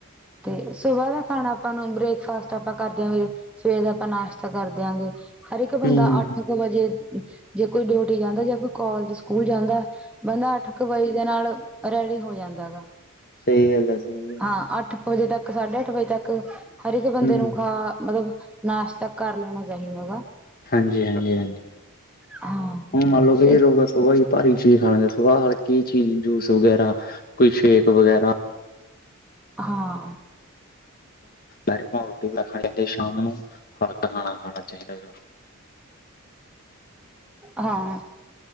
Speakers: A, in the centre; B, on the left (about 45°).
A: ਤੇ ਸੁਬਾਹ ਦਾ ਖਾਣਾ ਆਪਾਂ ਨੂੰ ਬ੍ਰੇਕਫਾਸਟ ਆਪਾਂ ਕਰਦੇਿਆਂਗੇ ਸਵੇਰ ਦਾ ਆਪਾਂ ਨਾਸ਼ਤਾ ਕਰ ਦਿਆਂਗੇ ਹਰ ਇੱਕ
B: ਹੂੰ-ਹੂੰ-ਹੂੰ-ਹੂੰ-ਹੂੰ
A: ਬੰਦਾ ਅੱਠ ਕੁ ਵਜੇ ਜੇ ਕੋਈ ਡਿਊਟੀ ਜਾਂਦਾ ਜਾਂ ਕੋਈ ਕੋਾਲਜ ਸਕੂਲ ਜਾਂਦਾ ਬੰਦਾ ਅੱਠ ਕੁ ਵਜੇ ਦੇ ਨਾਲ ਰੈਡੀ ਹੋ ਜਾਂਦਾ ਗਾ
B: ਸਹੀ ਗੱਲ ਐ, ਸਹੀ ਗੱਲ ਐ।
A: ਹਾਂ ਅੱਠ ਵਜੇ ਤੱਕ ਸਾਢੇ ਅੱਠ ਵਜੇ ਤੱਕ ਹਰ ਇੱਕ ਬੰਦੇ
B: ਹੂੰ,
A: ਨੂੰ ਖਾ ਮਤਲਬ ਨਾਸ਼ਤਾ ਕਰ ਲੈਣਾ ਚਾਹੀਦਾ ਹੈਗਾ
B: ਹਾਂਜੀ ਹਾਂਜੀ ਹਾਂਜੀ
A: ਹਾਂ
B: ਹੁਣ ਮੰਨ ਲਓ ਕਹੀ
A: ਤੇ
B: ਰੋ ਸੁਬ ਹੀ ਭਾਰੀ ਚੀਜ਼ ਖਾ ਲੈਂਦੇ ਸੁਬਾਹ ਹ ਕੀ ਚੀਜ਼ ਜੂਸ ਵਗੈਰਾ ਕੋਈ ਸ਼ੇਕ ਵਗੈਰਾ
A: ਹਾਂ
B: ਹਿ ਰੋਟੀ ਬ ਖਾਣੀ ਚਾਹੀਦੀ ਹੈ ਸ਼ਾਮ ਨੂੰ ਹਲਕਾ ਖਾਣਾ ਖਾਣਾ ਚਾਹੀਦਾ ਹੈ
A: ਹਾਂ